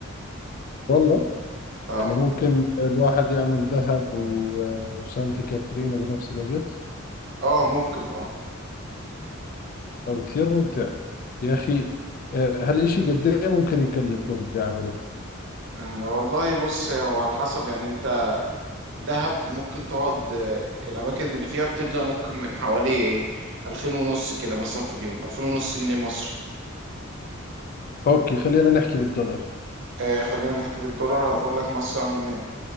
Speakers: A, on the left; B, on the right.
A: والله
B: اه
A: يعني ممكن الواحد يعمل دهب و- وسانتي كاترينا بنفس الوقت
B: اه ممكن اه
A: طب كثير ممتع يا اخي آه، هالإشي قد ايه ممكن يكلف لو بدي اعمله
B: آه، والله بص هو على حسب يعني انت دهب ممكن تقعد آه، الأماكن اللي فيها بتبدأ ممكن من حوالي ايه ألفين ونص كده مثلا في اليوم ألفين ونص جنيه مصري
A: اوكي خلينا نحكي بالدولار
B: آه خلينا نحكي بالدولار هنقول لك مثلا